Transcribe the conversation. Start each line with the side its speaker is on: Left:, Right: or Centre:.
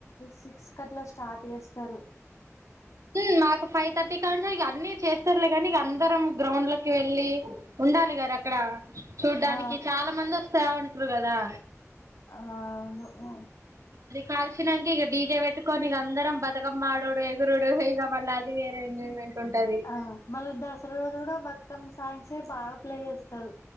Left: సిక్సకట్లా స్టార్ట్ చేస్తారు
Right: హ్మ్ నాకు ఫైవ్ థర్టీ కాంచే ఇగ అన్ని చేస్తారులే గానీ ఇగ అందరం గ్రౌండ్ లోకి వెళ్ళి ఉండాలిగా అక్కడ చూడ్డానికి
Left: ఆ
Right: చాలా మంది వస్తా ఉంటారు కదా
Left: ఆవును ఉ
Right: కాల్సినంకిగ డీజే పెట్టుకొని ఇగ అందరం బతుకమ్మ ఆడుడు ఎగురుడు ఇగ మళ్ళీ అది వేరే ఎంజాయ్మెంట్ ఉంటది
Left: ఆ మళ దసరా రోజు గూడా బతుకమ్మ సా సే బాగా ప్లే జేస్తరు